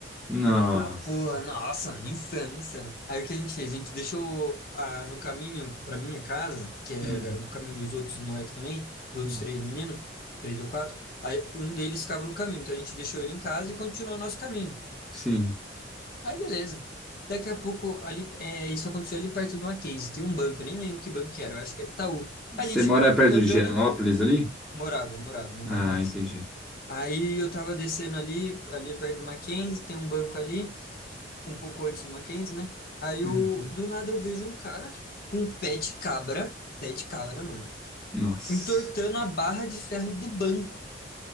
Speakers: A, in the centre; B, on the left (about 55°).
A: Nossa.
B: E eu, tá, porra, nossa, mano, insano, insano. Aí o que a gente fez? A gente deixou ah, no caminho pra minha casa, que era
A: Hum,
B: o caminho dos outros moleques também, dos
A: hum,
B: outros três meninos, três ou quatro. Aí um deles ficava no caminho, então a gente deixou ele em casa e continuou o nosso caminho.
A: sim.
B: Aí beleza. Daqui a pouco, ali, é, isso aconteceu ali perto do Mackenzie, tem um banco, eu nem lembro que banco que era, eu acho que era Itaú. A
A: Você
B: gente
A: mora perto
B: andando,
A: de Genópolis ali?
B: morava, morava, não
A: Ah,
B: moro mais.
A: entendi.
B: Aí eu tava descendo ali, ali perto do Mackenzie, tem um banco ali um pouco antes do Mackenzie, né? Aí eu,
A: Uhum.
B: do nada eu vejo um cara com um pé de cabra, pé de cabra, mano,
A: Nossa.
B: entortando a barra de ferro do banco.